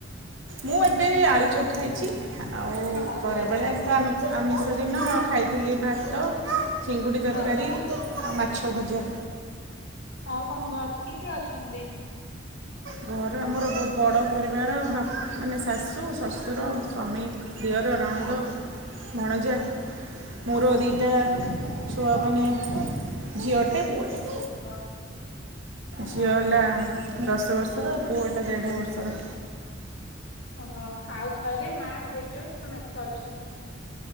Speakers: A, on the right (about 90°); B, on the left (about 85°).
A: ମୁଁ ଏବେ ଆଳୁଚପ ଖାଇଛି, ଆଉ
B: ଓହୋ
A: ଖରାବେଳେ ସମ୍ ଆମିଷ ଡିନ ଖାଇଥିଲି, ଭାତ ଚିଙ୍ଗୁଡ଼ି ତରକାରୀ
B: ହଉ
A: ଆ ମାଛ ଭଜା।
B: ଆଉ ତମ ଘରେ କିଏ କିଏ ଅଛନ୍ତି?
A: ଘରେ ଆମର ବହୁତ ବଡ଼ ପରିବାର ବା ମାନେ ଶାଶୁ, ଶଶୁର, ସ୍ୱାମୀ। ଦିଅର, ନଣନ୍ଦ, ଭଣଜା। ମୋର
B: ଓହୋ
A: ଦିଇଟା ଛୁଆ ମାନେ ଝିଅଟେ ପୁଅଟେ।
B: ହଁ। ଓହୋ
A: ଝିଅ ହେଲା ଦଶ ବର୍ଷର, ପୁଅଟା ଦେଢ଼ ବର୍ଷର।
B: ଓହୋ ଆଉ ଘରେ ମା ଜେଜ ସମସ୍ତେ ଅଛନ୍ତି।